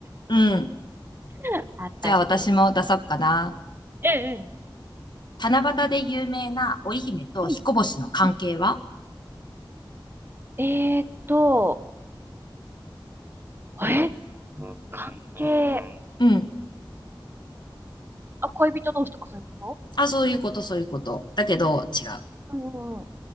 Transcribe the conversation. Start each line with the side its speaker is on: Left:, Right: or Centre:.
Left: うん。
Right: <laughs> あたりです。
Left: じゃあ私も出そっかな。
Right: うんうん。
Left: 七夕で有名な織姫と彦星の関係は
Right: うん。うんえーっと、え関係、
Left: うん。
Right: あ、恋人同士とかそういうこ
Left: あ、そういうこと、そういうこと。だけど、違う。
Right: とうんうんうん。